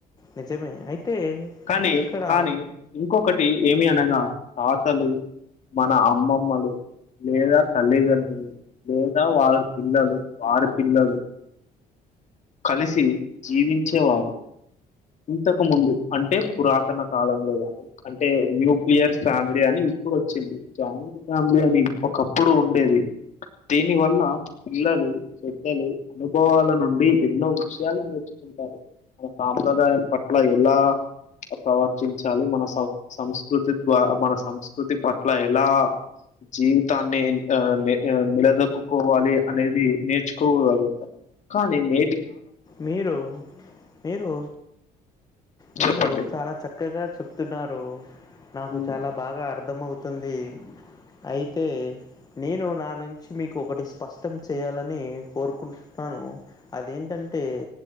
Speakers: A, on the left; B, on the left.
A: నిజమే అయితే
B: కానీ
A: ఇక్కడ
B: కానీ ఇంకొకటి ఏమి అనగా తాతలు మన అమ్మమ్మలు లేదా తల్లిదండ్రులు లేదా వారి పిల్లలు వారి పిల్లలు కలిసి జీవించేవారు ఇంతకు ముందు అంటే పురాతన కాలంలో గానీ అంటే న్యూక్లియర్ ఫ్యామిలీ అని ఇప్పుడు వచ్చింది జాయింట్ ఫ్యామిలీ అని ఒకప్పుడు ఉండేది దీని వల్ల పిల్లలు పెద్దలు అనుభవాల నుండి ఎన్నో విషయాలు నేర్చుకుంటారు మన సాంప్రదాయం పట్ల ఎలా ప్రవర్తించాలి మన సం సంస్కృతి ద్వ మన సంస్కృతి పట్ల ఎలా జీవితాన్ని ఎంత ఆ నిలదొక్కోవాలి అనేది నేర్చుకోగలుగుతాం కానీ నే
A: మీరు మీరు మీరు
B: చెప్పండి
A: చాలా చక్కగా చెప్తున్నారు నాకు
B: ఉమ్,
A: చాలా బాగా అర్థ అర్థం అవుతుంది అయితే నేను నా నుంచి మీకు ఒకటి స్పష్టం చేయాలని కోరుకుం టాను అదేంటంటే